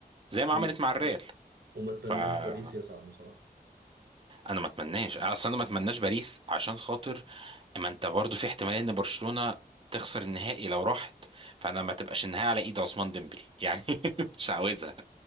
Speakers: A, on the right; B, on the right.
A: زي ما
B: وم-
A: عملت مع الريال
B: وما اتمناش
A: فانا
B: باريس يصعد بصراحة
A: ما اتمناش اصلا انا ما اتمناش باريس عشان خاطر ما انت برضو في احتماليه ان برشلونه تخسر النهائي لو راحت فانا ما تبقاش النهائي على ايد عثمان ديمبلي يعني <laughs> مش عاوزها